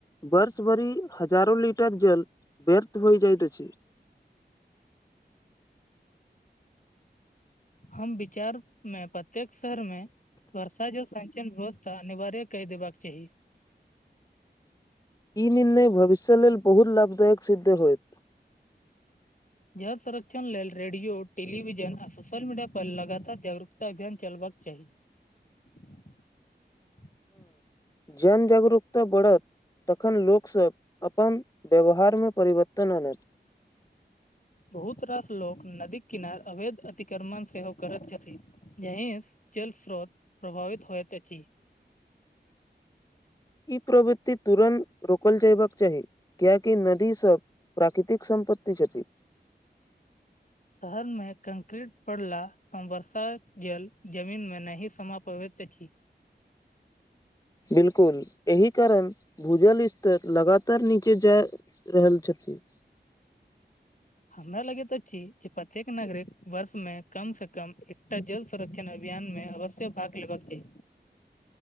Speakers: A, on the left (about 20°); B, on the left (about 45°).
A: बर्ष भरि हजारो लिटर जल व्यर्थ होई जाइत अछि।
B: हम बिचार मे प्रत्येक शहर मे। वर्षा जो संचयन व्यवस्था अनिवार्य कहि देबाकऽ चाही।
A: ई निर्णय भविष्य लेलऽ बहुत लाभदायक सिद्ध होयत।
B: जल संरक्षण लेलऽ रेडियो टेलीविजन आ सोशल मीडिया पर लगातार जागरूकता अभियान चलबाक चाही। हा <inaudible>
A: जनजागरूकता बढ़त। तखन लोक सभ अपन व्यवहारमे परिवर्तन आन तऽ
B: बहुत तरह से लोक नदीक किनार अवैध अतिक्रमण सेहो करैत छथिन। जहिस जलस्रोत प्रभावित होयत छी।
A: ई प्रवृति तुरन्त रोकल जयबाकऽ चाही। कियाकि नदीसभ प्राकृतिक सम्पत्ति छथि।
B: शहर मे कंक्रीट पड़ला बर्षात जल जमीन मे न। समापवैत अछि।
A: बिल्कूल एहि कारण भूजल स्तर लगातार नीचे जा। रहल छथिन।
B: हमरा लगैत अछि जे प्रत्येक नागरिक वर्ष मे कम से कम एकटा जल। संरक्षण अभियान मे अवश्य भाग लेबा के।